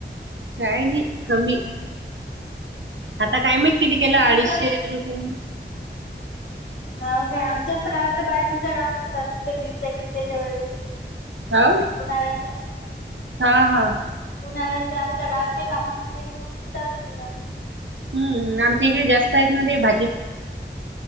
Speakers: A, on the right (about 85°); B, on the left (about 70°).
A: काय नाही कमी आता काय माहीत किती केलं अडीचशे
B: आमच्या
A: रुपये म्ह
B: ह का आमच्यास्त गावातलं पाय तुमच्या गाात ते मिरच्या घिरच्याच्या वेळेस
A: हो
B: उन्हाळ्याच्या
A: हा हा
B: उन्हाळ्याचे आमच्या गावात काही कामं नसले की मग कोणताच हो तिथं
A: हम्म आमच्या इकडे जास्त आहेत ना ते भाजी